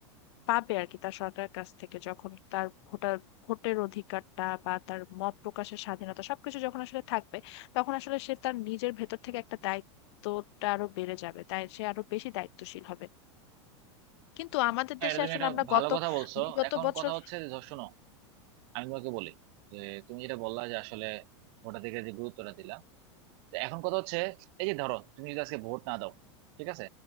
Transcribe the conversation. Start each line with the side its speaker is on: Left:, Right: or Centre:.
Left: পাবে আর কি তার সরকারের কাছ থেকে যখন তার ভোটার ভোটের অধিকারটা বা তার মত প্রকাশের স্বাধীনতা সবকিছু যখন আসলে থাকবে তখন আসলে সে তার নিজের ভেতর থেকে একটা দায়িত্বটা আরো বেড়ে যাবে তাই সে আরো বেশি দায়িত্বশীল হবে কিন্তু আমাদের
Right: হ্যাঁ
Left: দেশে
Right: এটা তুমি
Left: আসলে
Right: একটা
Left: আমরা
Right: ভালো
Left: গত
Right: কথা বলছো
Left: বিগত
Right: এখন
Left: বছর
Right: কথা হচ্ছে যে ধর, শোনো আমি তোমাকে বলি যে তুমি যেটা বললা যে আসলে ভোটাধিকার যে গুরুত্বটা দিলা তো এখন কথা হচ্ছে এই যে ধরো তুমি যদি আজকে ভোট না দাও ঠিক আছে